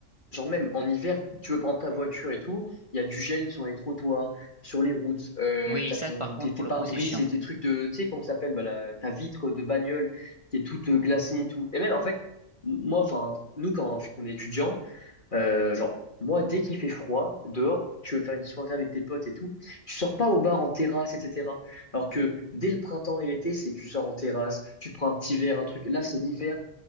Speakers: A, on the left; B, on the right.
A: Genre même en hiver, tu veux prendre ta voiture et tout, il y a du gel sur les trottoirs, sur les routes, euh,
B: Oui,
A: t'as
B: ça,
A: ton,
B: par
A: tes,
B: contre,
A: tes
B: pour le
A: pare-brise
B: coup, c'est chiant.
A: et tes trucs de, tu sais comment ça s'appelle, bah, la- ta vitre de bagnole qui est toute euh, glacée et tout. Et même en fait, m- moi, enfin, nous quand, vu qu'on est étudiant, euh, genre, moi dès qu'il fait froid dehors, tu veux faire une soirée avec tes potes et tout, tu sors pas au bar en terrasse, etc. Alors que dès le printemps et l'été, c'est tu sors en terrasse, tu prends un petit verre, un truc. Là, c'est l'hiver.